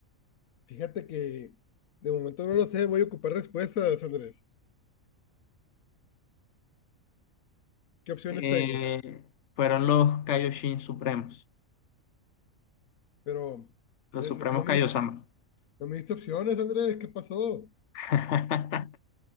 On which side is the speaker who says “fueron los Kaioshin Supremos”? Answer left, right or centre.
Left